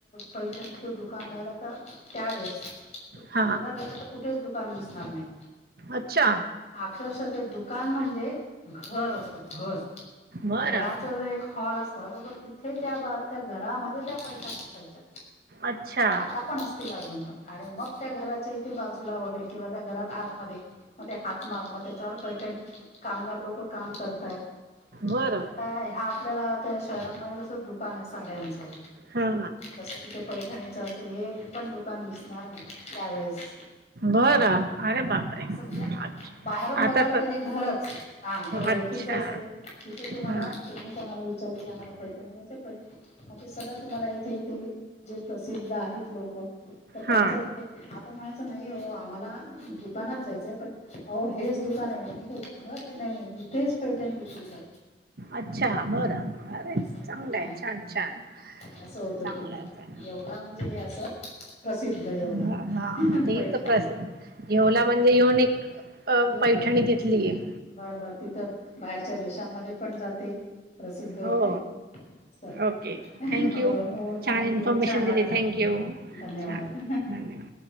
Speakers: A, on the left; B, on the right.
A: पैठणीचं दुकान <inaudible> त्यावेेळेस
B: हा
A: शोधत गेला तर कुठेच दुकान दिसणार नाही
B: अच्छा
A: अक्षरशः ते दुकान म्हणजे घर अस घर
B: बरं
A: घराच जे एक हॉल अस सर तिथे त्या त्या घरामध्ये त्या पैठणी असायच्या
B: अच्छा
A: आता पण असतील अजून आणि मग त्या घराच्या इथे बाजूला वगैरे किंवा त्या घरात आतमध्ये म ते हात माग मग त्याच्यावर पैठणी कामगार लोक काम करताय
B: बरं
A: आता ह्या आपल्याला शहरांनमध्ये दुकान आहे साड्यांचं
B: हा
A: तस तिथे पैठणीच असं एक पण दुकान दिसणार नाही त्यावेेळेस
B: बरं अरे बापरे
A: ह समजा
B: अच्छा
A: बाहेरून बघाल
B: आता
A: तर हे घरच हा जर ओळखीचं
B: अच्छा
A: असेल तिथे तुम्हाला
B: हा
A: तुम्ही कोणाला विचार पैठणी प ते सगळं तुम्हाला इथे इथे जे प्रसिद्ध आहेत लोक तर त्यांच्या
B: हा
A: ते आपण म्हणायचं नाही हो आम्हाला दुकानात जायचंय पण आओ हेच दुकान आहे म घर आहे नाही इथेच पैठणी विकली जाते
B: अच्छा बरं अरे
A: असं
B: चांगलंय छान छान
A: असं होत
B: चांगलंय
A: तिथे
B: च
A: येवला म्हणजे असं प्रसिद्ध येवला
B: बर हा ते
A: पैठणी
B: तर प्रसिद्ध येवला म्हणजे ते युनिक अ,
A: येऊन
B: पैठणी
A: येतो
B: तिथली आहे.
A: बर बर तिथं बाहेरच्या देशांमध्ये पण जाते प्रसिद्ध होते
B: हो.
A: च
B: ओके. थँक
A: हो
B: यू.
A: हो थँक
B: छान इन्फॉर्मेशन
A: यू छान
B: दिली.
A: वाटलं
B: Thank you.
A: धन्यवाद
B: छान. धन्यवाद.